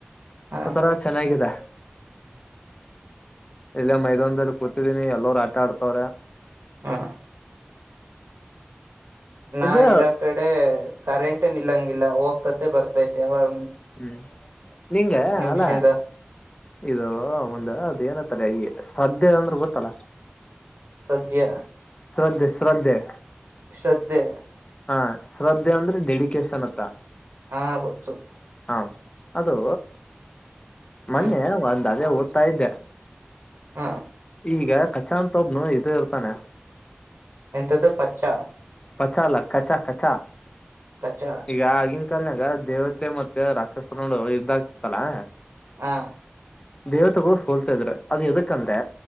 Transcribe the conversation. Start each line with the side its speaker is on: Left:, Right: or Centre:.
Right: ಹ
Left: ಒ ತರ ಚೆನ್ನಾಗಾಗಿದೆ ಇಲ್ಲೇ ಮೈದಾನದಲ್ಲಿ ಕೂತಿದ್ದೀನಿ ಎಲ್ಲರು ಆ ಆಟಾಡ್ತವ್ರ
Right: ಹಾ ನಾ
Left: ಇದು
Right: ಇರ ಕಡೆ ಕರೆಂಟಏ ನಿಲ್ಲಂಗಿಲ್ಲ ಹೋಗ್ತತೆ ಬರ್ತೈತಿತೆ ಅವಾಗ
Left: ಹ್ಮ್ ನಿಂಗ
Right: ನಿಮಿಷದಿಂದ
Left: ಅಲ ಇದು ಒಂದ ಅದು ಏನತ್ತಾರೆ ಅಯ ಸದ್ಯ ಅಂದ್ರೆ ಗೊತ್ತಲ್ಲ
Right: ಸದ್ಯ
Left: ಶ್ರದ್ಧೆ ಶ್ರದ್ಧೆ
Right: ಶ್ರದ್ಧೆ
Left: ಹಾ ಶ್ರದ್ಧೆ ಅಂದ್ರೆ ಡೆಡಿಕೇಶನ್ ಅತ್ತ
Right: ಹ ಕೊಚ್ಚು
Left: ಹಾ ಅದು ಮೊನ್ನೆ
Right: ಹ್ಮ್
Left: ಒಂದ್ ಅದೇ ಆರ್ತ ಇದ್ದೆ
Right: ಹಾ
Left: ಈಗ ಕಖಚಾತ್ ಒಬ್ನು ಇದು ಇರ್ತಾನೆ
Right: ಎಂಥದ್ದು ಪಚ್ಚ
Left: ಪಚಾ ಅಲ್ಲ ಕಚಾ ಕಚಾ
Right: ಕಚ
Left: ಈಗಾಗಿ ಕಲ್ಯಾಗ ದೇವತೆ ಮತ್ತೆ ರಾಕ್ಷಸನೋಡು ಯುದ್ಧ ಇದಾಗ್ತಿತ್ತಲಾ
Right: ಹಾ
Left: ದೇವತೆಗಳು ಸೋಲ್ತಾ ಇದರು ಅದು ಎದಕಂದ್ರೆ